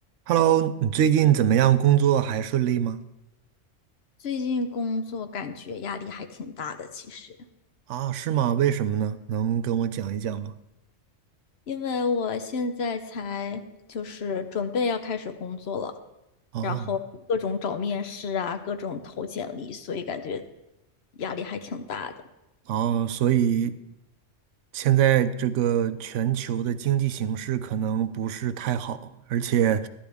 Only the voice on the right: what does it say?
Hello，你最近怎么样？工作还顺利吗？
啊，是吗？为什么呢？能跟我讲一讲吗？
哦，
哦，所以现在这个全球的经济形势可能不是太好，而且，